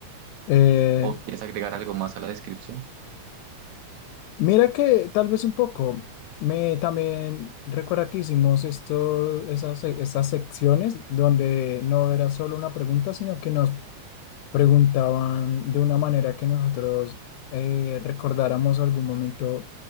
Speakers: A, on the left; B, on the right.
A: Eh,
B: o quieres agregar algo más a la descripción.
A: Mira que tal vez un poco. Me también recuerda que hicimos esto, esas, se- esas secciones donde no era solo una pregunta, sino que nos preguntaban de una manera que nosotros eh, recordáramos algún momento